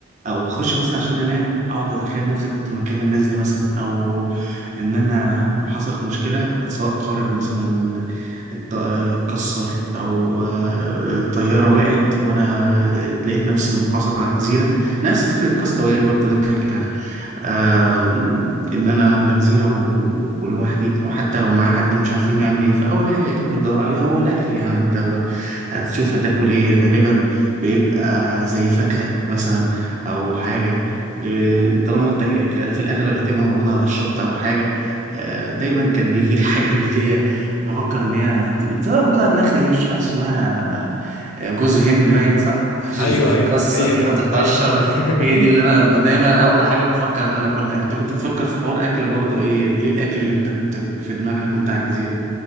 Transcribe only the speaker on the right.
او اخش بس عشان انام اقعد اتخيل نفسي كنت مكان الناس دي مثلا او ان انا حصلت مشكله سواء قارب مثلا اتض- آه، اتكسر او آه، طياره وقعت وانا لقيت نفسي محاصر على جزيره نفس فكره كاستاوي برضو اللي انت حكيت عنها ان انا على جزيره و... ولوحدي او حتى لو معايا حد ومش عارفين نعمل ايه فاول حاجه اكيد بتدور عليها هو الاكل يعني انت هتشوف هتاكل ايه غالبا بيبقى زي فاكهه مثلا او حاجه ل- طالما انت في الاغلب هتبقى موجود على الشط او حاجه آه، دايما كان بيجي لي <laughs> حاجه اللي هي بفكر ان هي بتبقى موجوده على النخله دي مش عارف اسمها جوز هند باين صح <laughs>
بتتكسر
كده
بتتقشر
هي دي اللي انا دايما اول حاجه بفكر ان انا اكلها انت كنت بتفكر في حوار اكل برضو ايه ايه الاكل اللي انت كنت في دماغك وانت على الجزيره